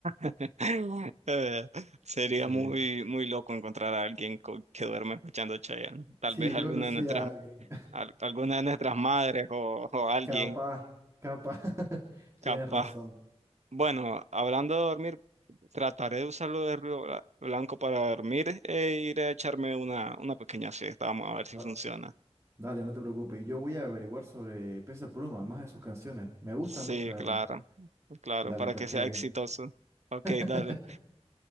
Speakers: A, on the right; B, on the right.
A: <laughs> Eh, sería
B: Sí.
A: muy, muy loco encontrar a alguien co- que duerma escuchando Chayanne. Tal
B: Sí,
A: vez
B: yo
A: alguna
B: conocí
A: de nuestras,
B: a alguien.
A: al- alguna de nuestras madres o,
B: <laughs>
A: o alguien
B: Capaz, capaz. <laughs> Tienes
A: capaz.
B: razón.
A: Bueno, hablando de dormir, trataré de usarlo de ruido bla- blanco para dormir e iré a echarme una, una pequeña siesta. Vamos a ver si
B: Da-
A: funciona.
B: Dale, no te preocupes. Yo voy a averiguar sobre Peso Pluma, más de sus canciones. Me gustan
A: Sí,
B: mucho, la verdad.
A: claro, claro,
B: Dale,
A: para
B: pues,
A: que
B: Kevin.
A: sea exitoso. Ok, dale.
B: <laughs>